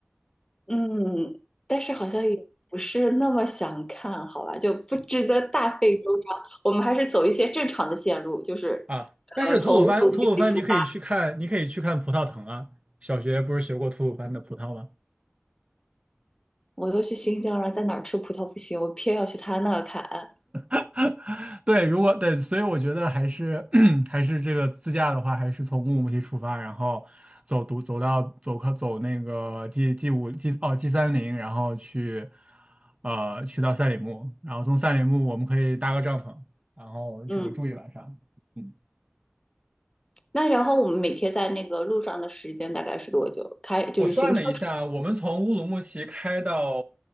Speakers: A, on the left (about 15°); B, on the right (about 25°).
A: 嗯，但是好像也不是那么想看，好吧，就不值得大费周章。我们还是走一些正常的线路，就是
B: 啊，但是吐鲁番吐鲁番你可以去看，
A: 呃，从乌鲁木齐出。发。
B: 你可以去看葡萄藤啊，小学不是学过吐鲁番的葡萄吗？
A: 我都去新疆了，在哪儿吃葡萄不行，我偏要去他那儿砍。
B: <laughs> 对，如果对，所以我觉得还是 <clears throat> 还是这个自驾的话，还是从乌鲁木齐出发，然后走独走到走靠走那个 G G 五 G 哦 G 三零，然后去呃去到赛里木，然后从赛里木我们可以搭个帐篷，然后这个住一晚上。
A: 嗯，
B: 嗯，
A: 那然后我们每天在那个路上的时间大概是多久？开就是行车时间
B: 我算了一下，我们从乌鲁木齐开到